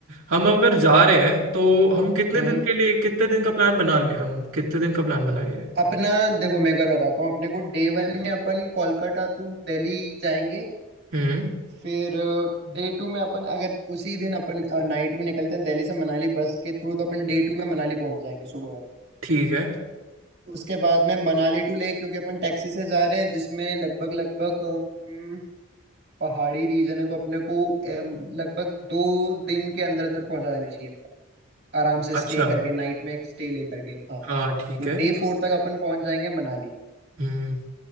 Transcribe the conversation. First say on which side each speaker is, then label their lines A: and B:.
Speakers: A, on the right; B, on the right.
A: हम अगर जा रहे हैं तो हम कितने
B: हम्म
A: दिन के लिए कितने दिन का प्लान बना लें हम कितने दिन का प्लान बनाएं ये
B: अपना देखो मैं एक बार बताता हूँ अपने को डे वन में अपन कोलकाता टू दिल्ली जाएंगे
A: हम्म
B: फिर डे टू में अपन अगर उसी दिन अपन नाइट में निकलते हैं दिल्ली से मनाली बस के थ्रू तो अपन डे टू में मनाली पहुंच जाएंगे सुबह में
A: ठीक है
B: उसके बाद में मनाली टू ले क्योंकि अपन टैक्सी से जा रहे हैं जिसमें लगभग लगभग uh, पहाड़ी रीजन है तो अपने को एम, लगभग दो दिन के अंदर अंदर पहुंचा देनी चाहिए आराम से स्टे
A: अच्छा
B: करके नाइट में एक स्टे लेकर के हाँ
A: हाँ ठीक
B: तो
A: है
B: डे फोर तक अपन पहुंच जाएंगे मनाली
A: हम्म